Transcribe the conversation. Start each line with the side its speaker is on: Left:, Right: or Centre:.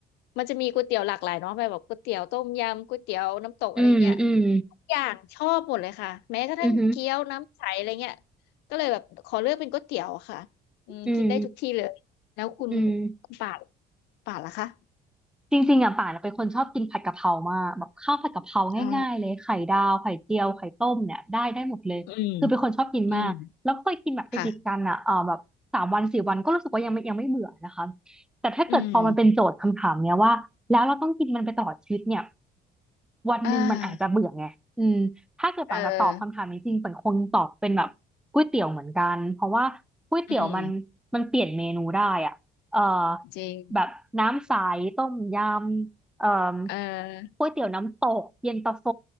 Left: มันจะมีก๋วยเตี๋ยวหลากหลายเนาะแบบก๋วยเตี๋ยวต้มยำก๋วยเตี๋ยวน้ำตกอะไรเงี้ย
Centre: อืมอืม
Left: ทุกอย่างชอบหมดเลยค่ะแม้กระทั่งเกี๊ยวน้ำใสอะไรเงี้ย
Centre: อืม
Left: ก็เลยแบบขอเลือกเป็นก๋วยเตี๋ยวอะค่ะอืมกินได้ทุกที่เลยแล้วคุณ
Centre: อืมอืม
Left: คุณป่านป่านล่ะคะ
Centre: จริงๆอ่ะป่านเป็นคนชอบกินผัดกะเพรามากแบบข้าวผัดกะเพราง่ายๆเลยไข่ดาวไข่เจียวไข่ต้มเนี่ยได้ได้หมดเลยคือเป็นคนชอบกินมากแล้วก็เคยกินแบบติดๆกันอ่ะเออแบบสามวันสี่วันก็รู้สึกว่ายังไม่ยังไม่เบื่อนะคะ
Left: อ๋ออืมอืม ค่ะ
Centre: แต่ถ้าเกิดพอมันเป็นโจทย์คำถามเนี้ยว่าแล้วเราต้องกินมันไปตลอดชีวิตเนี่ย
Left: อืม
Centre: วันหนึ่งมันอาจจะเบื่อไงอืมถ้าเกิดป่าจะตอบคำถามนี้จริงเป่นคงตอบเป็นแบบก๋วยเตี๋ยวเหมือนกันเพราะว่าก๋วยเตี๋ยวมันมันเปลี่ยนเมนูได้อ่ะเอ่อ
Left: อ่าเอออืมจริง
Centre: แบบน้ำใสต้มยำเอ่อ
Left: เออ
Centre: ก๋วยเตี๋ยวน้ำตกเย็นตาโฟ